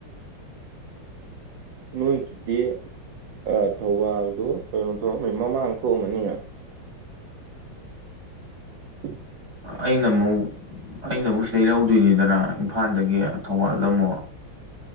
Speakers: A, on the right (about 65°); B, on the right (about 35°).
A: ꯅꯣꯏꯒꯤꯗꯤ ꯑꯥ ꯊꯧꯕꯥꯜꯗꯨ ꯀꯩꯅꯣ ꯊꯣꯛꯑꯝꯃ ꯃꯃꯥꯡ ꯊꯣꯛꯑꯝꯃꯅꯤꯅꯦ <unintelligible>
B: ꯑꯩꯅ ꯑꯃꯨꯛ ꯑꯩꯅ ꯑꯃꯨꯛ ꯁꯤꯗꯩ ꯂꯧꯗꯣꯏꯅꯤꯗꯅ ꯏꯝꯐꯥꯜꯗꯒꯤ ꯊꯧꯕꯥꯜꯗ ꯑꯃꯨꯛ